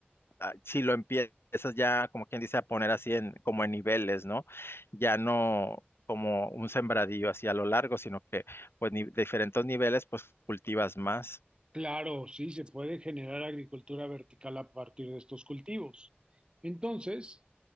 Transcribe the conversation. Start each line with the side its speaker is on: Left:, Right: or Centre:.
Left: ah, si lo empiezas ya, como quien dice, a poner así en, como en niveles, ¿no? Ya no como un sembradío así a lo largo, sino que pues ni- de diferentes niveles, pues cultivas más.
Right: Claro, sí, se puede generar agricultura vertical a partir de estos cultivos. Entonces,